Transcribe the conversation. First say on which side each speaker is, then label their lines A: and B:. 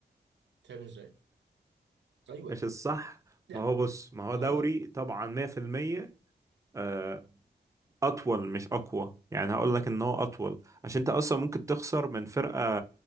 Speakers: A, on the right; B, on the right.
A: فاهم ازاي ايوه
B: مش الصح
A: لا
B: ما هو بص ما هو
A: ما
B: دوري
A: هو
B: طبعا 100% آه، اطول مش اقوى يعني هقول لك ان هو اطول عشان انت اصلا ممكن تخسر من فرقة